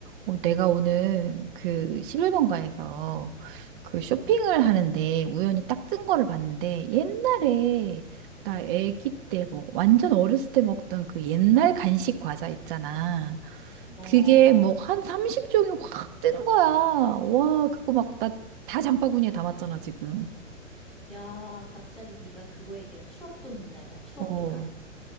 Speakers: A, on the right (about 40°); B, in the centre.
A: 어, 내가 오늘 그 11번가에서 그 쇼핑을
B: 응.
A: 하는데 우연히 딱 뜬 거를 봤는데 옛날에 나 아기 때 먹, 완전 어렸을 때 먹던 그 옛날 간식 과자 있잖아.
B: 어, 어,
A: 그게 뭐
B: 어.
A: 한 30종이 확 뜬 거야. 와, 그거 막 나 다 장바구니에 담았잖아, 지금.
B: 야, 갑자기 네가 그거 얘기한 추억 돋는다. 야, 추억
A: 어.
B: 돋아.